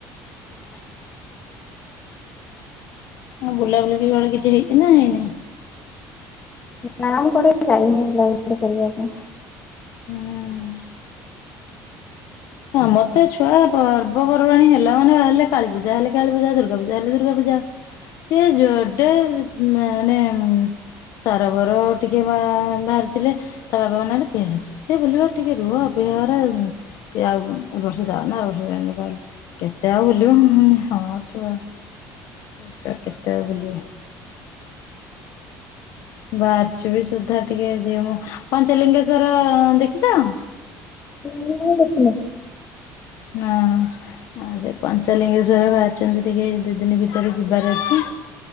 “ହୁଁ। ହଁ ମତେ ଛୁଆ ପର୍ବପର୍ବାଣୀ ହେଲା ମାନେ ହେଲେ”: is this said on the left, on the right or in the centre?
Left